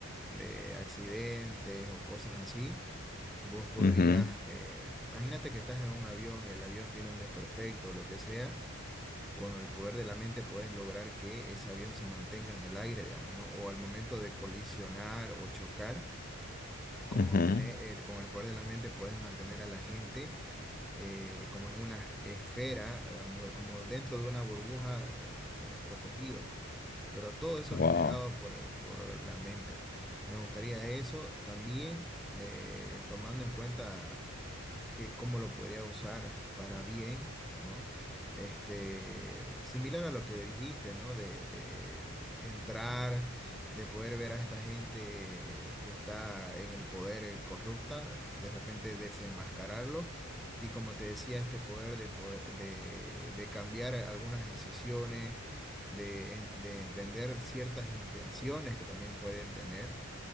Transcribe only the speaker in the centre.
de accidentes o cosas así, Vos podrías,
eh, imagínate que estás en un avión y el avión tiene un desperfecto o lo que sea, con el poder de la mente puedes lograr que ese avión se mantenga en el aire, digamos, ¿no? O al momento de colisionar o chocar, como
tener el, con el poder de la mente puedes mantener a la gente eh, como en una esfera, digamos, como dentro de una burbuja eh, eh, protegido, pero todo eso
generado por, por la mente. Me gustaría eso también eh, tomando en cuenta que cómo lo podría usar para bien, ¿no? Este, similar a lo que dijiste, ¿no? De, de entrar, de poder ver a esta gente que está en el poder eh, corrupta, de repente desenmascararlo. Y como te decía, este poder de, po- de, de cambiar algunas decisiones, de, en- de entender ciertas intenciones que también pueden tener